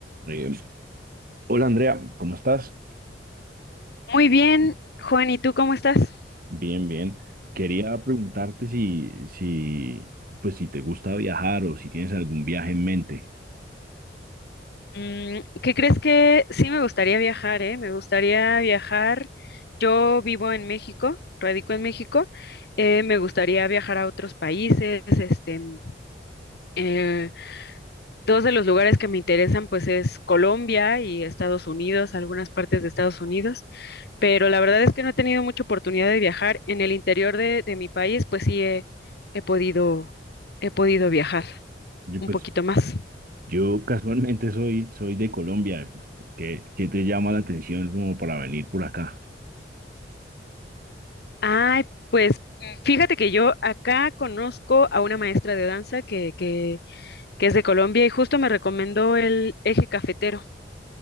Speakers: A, on the right; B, on the left.
A: Eh, hola Andrea, ¿cómo estás?
B: Muy bien, Juan, ¿y tú cómo estás?
A: Bien, bien. Quería preguntarte si, si, pues si te gusta viajar o si tienes algún viaje en mente.
B: Mm, ¿qué crees que sí me gustaría viajar, eh? Me gustaría viajar. Yo vivo en México, radico en México. eh, me gustaría viajar a otros países. Este, mm, eh, dos de los lugares que me interesan, pues, es Colombia y Estados Unidos, algunas partes de Estados Unidos. Pero la verdad es que no he tenido mucha oportunidad de viajar. En el interior de, de mi país, pues sí he he podido, he podido viajar
A: Yo,
B: un
A: pues,
B: poquito más.
A: yo casualmente soy, soy de Colombia. Pues, ¿qué, qué te llama la atención como para venir por acá?
B: Ay, pues fíjate que yo acá conozco a una maestra de danza que, que, que es de Colombia y justo me recomendó el eje cafetero.